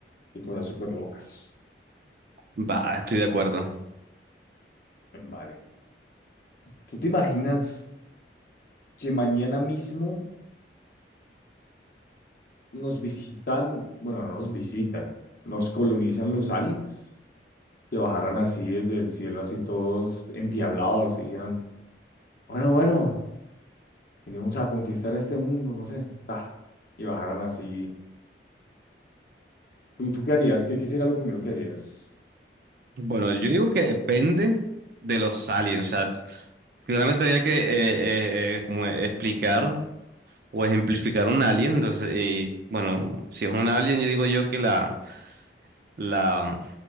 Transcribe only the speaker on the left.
de cosas súper locas?
Vale. ¿Tú te imaginas que mañana mismo nos visitan, bueno, no nos visitan, nos colonizan los aliens? Que bajaran así desde el cielo, así todos endiablados, y dijeran, Bueno, bueno, venimos a conquistar este mundo, no sé. Ah, y bajaran así. ¿Tú, tú qué harías? ¿Qué, qué sería lo primero que harías?